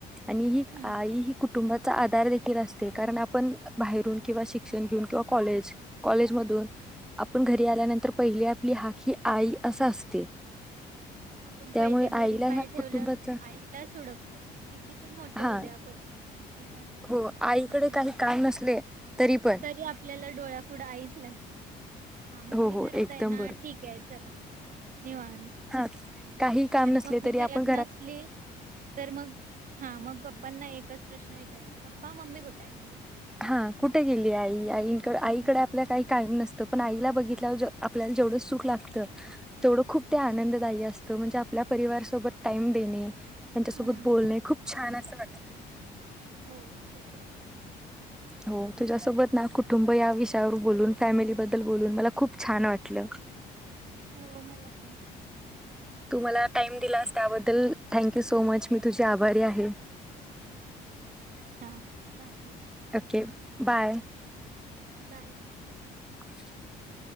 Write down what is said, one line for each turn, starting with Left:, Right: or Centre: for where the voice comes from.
Centre: आणि ही
Right: हम्म
Centre: आई ही कुठ कुटुंबाचा आधार देखील असत. कारण आपण बाहेरून किंवा शिक्षण घेऊन किंवा कॉले कॉलेज मधून आपण घरी आल्यानंतर पहिली आपली हाक ही आई अस असते.
Right: आपण
Centre: त्यामुळे
Right: पहिले घरी
Centre: आईला
Right: पाय
Centre: ह्या
Right: ठेवल्यावर
Centre: कुटुंबाचा
Right: आईलाच हुडकतो किती पण मोठ
Centre: हा
Right: होऊ दे आपण. ती पण
Centre: हो आईकडे
Right: आपली
Centre: काही काम नसले पण
Right: तरी आपल्याला डोळ्याफुढं आईच लागते. हा मम्मी
Centre: हो हो
Right: घरात
Centre: एकदम
Right: आहे ना
Centre: बरोबर
Right: ठीक आहे चला निवांत.
Centre: हा काही काम
Right: आणि
Centre: नसले
Right: मम्मी
Centre: तरी आपण
Right: घरात नसली तर मग हा मग प -- पपांना एकच प्रश्न विचारायच पप्पा मम्मी कुठं हाय?
Centre: हां. कुठं गेलीया आई? आईंनकडे
Right: आहे
Centre: आईकडे आपल्या काही कायम नस् -- तो पण आईला बघितल्यावर जे आपल्याला जेवढं सुख लागतं तेवढं खूप ते आनंददायी असतं म्हणजे आपल्या परिवारसोबत टाइम देणे, त्यांच्यासोबत
Right: हम्म
Centre: बोलणे. खूप छान -- असं वाटतं.
Right: हो ते तर आहे.
Centre: हो तुझ्यासोबत ना कुटुंब या विषयावर बोलून फॅमिलीबद्दल बोलून मला खूप छान वाटलं.
Right: हो मला पण.
Centre: तु मला टाइम दिलास त्याबद्दल थँंक्यू सो मच मी तुझी आभारी आहे.
Right: हां चालेल.
Centre: Okay bye.
Right: Bye bye.
Centre: <inaudible>